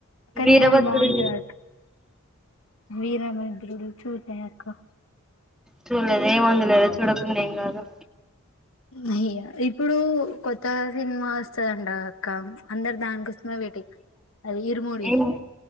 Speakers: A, on the left; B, in the centre.
A: కనీ
B: వీరభద్రుడు
A: అది బాగుంటది అక్ వీరమద్రుడు చూలయాక
B: చూ లేదే ఏముంది లేద చూడుకున్న ఎమ్ కాదు.
A: అయ్య ఇప్పుడు కొత్త సినిమా వస్తుందంట అక్క అందరు దాని కోసమే వెయిటింగ్ అది ఇరుమూడి
B: ఏం